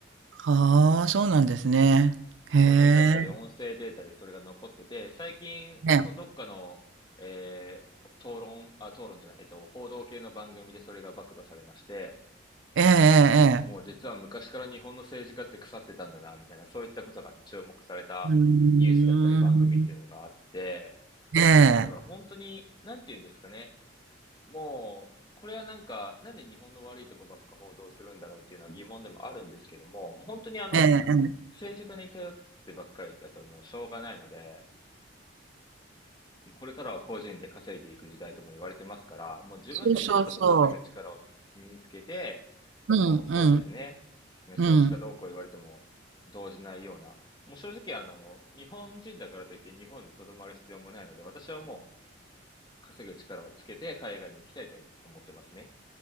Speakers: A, on the right; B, on the left.
A: はあ、そうなんですね。へえ。
B: 書面だったり音声データでそれが残ってて、最近、
A: ええ。
B: そのどっかの、えー討論、あ、討論じゃない、えっと、報道系の番組でそれが暴露されまして、
A: ええええええ。
B: もう実は昔から日本の政治家って腐ってたんだな、みたいな、そういったことがあの注目されたニュースだったり番組っていうのがあって、
A: うーん。え
B: まあだから本当に、
A: え。
B: なんて言うんですかね。もう、これはなんか、なんで日本の悪いとこばっか報道するんだろうっていうのは疑問でもあるんですけども、もう本当にあの、
A: ええええ。
B: 政治家に頼ってばっかりだともうしょうがないので、これからは個人で稼いでいく時代とも言われてますから、もう自分でさっさと稼ぐ力を身身につけて、
A: そうそうそう。うんうん。
B: もうそうですね、少子化どうこう言われても動じないような、
A: うん。
B: もう正直あの、日本人だからといって日本に留まる必要もないので、私はもう稼ぐ力をつけて海外に行きたいとは思ってますね。